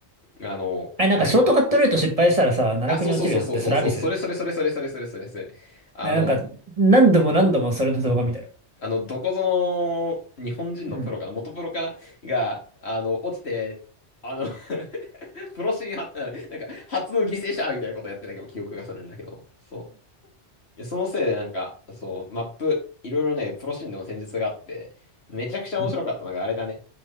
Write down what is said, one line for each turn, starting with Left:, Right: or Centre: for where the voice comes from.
Left: あの、
Right: あれ、なんかショートカットルート失敗したらさ、
Left: あれなんで、
Right: 奈落に落ちるのってそれアビス
Left: あ、そうそうそうそうそうそう、それそれそれそれそれそれそれそれ。あの、
Right: ねなんか、何度も何度もそれの動画見たよ。
Left: あの、どこぞの日本人のプロかな、
Right: うん。
Left: 元プロかなが、あの、落ちて、あの <laughs> プロシーンは、うんなんか、初の犠牲者みたいなことやってたけど、記憶がするんだけど、そう。でそのせいで、なんか、そう、マップ、いろいろね、プロシーンでも戦術があって、めちゃくちゃ面白かったのが、
Right: うん。
Left: あれだね。